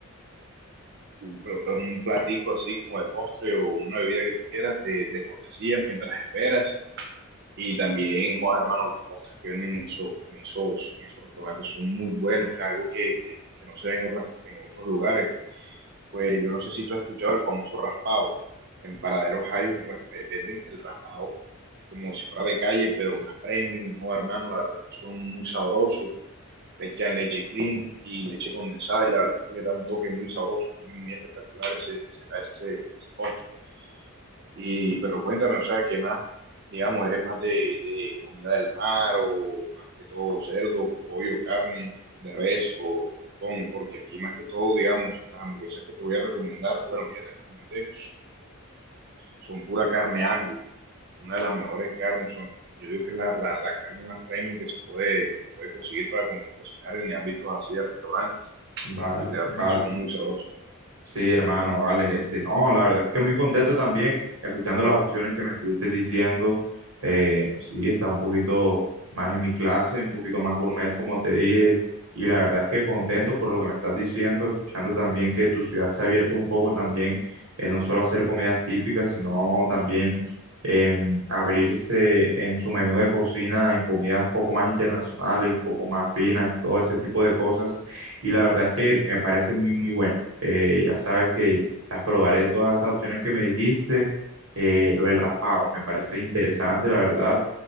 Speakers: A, on the right; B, on the right.
A: un, un, platico así como de postre o una bebida que tú quieras de, de cortesía mientras esperas. Y también, Juan, hermano, los postres que venden en, eso- en esos, en esos restaurantes son muy buenos, o sea, algo que, que- que no se ve en, otras, en otros lugares. Pues yo no sé si tú has escuchado el famoso raspado. En Paraderos hay un, ras- eh, venden el raspado como si fuera de calle, pero más premium, Juan, hermano, la verdad es que son muy sabrosos. Le echan leche clean y leche condensada y la verdad es que le da un toque muy sabroso, muy, muy espectacular ese, ese- a ese, a ese postre. Y, pero cuéntame, o sea, ¿qué más, digamos, eres más de, de comida del mar o más que todo cerdo, pollo, carne, de res o con? Porque aquí más que todo, digamos, las hamburguesas que te voy a recomendar, bueno, que ya te recomendé, son pura carne Angus, una de las mejores carnes, son, yo digo que es la, la, la carne más premium que se puede, que se puede conseguir para co- cocinar en ámbitos así de restaurantes,
B: Vale,
A: y la verdad
B: vale,
A: es que son muy sabrosas.
B: Sí, hermano, vale. Este, no, la verdad es que muy contento también, escuchando las opciones que me estuviste diciendo. Eh, sí, está un poquito más en mi clase, un poquito más gourmet, como te dije. Y la verdad es que contento por lo que me estás diciendo, escuchando también que tu ciudad se ha abierto un poco también, eh, no solo a hacer comidas típicas, sino también em, abrirse en su menú de cocina, en comidas un poco más internacionales, un poco más finas, todo ese tipo de cosas. Y la verdad es que me parece muy, muy bueno. Eh, ya sabes que las probaré todas esas opciones que me dijiste. Eh, lo del raspado me parece interesante, la verdad.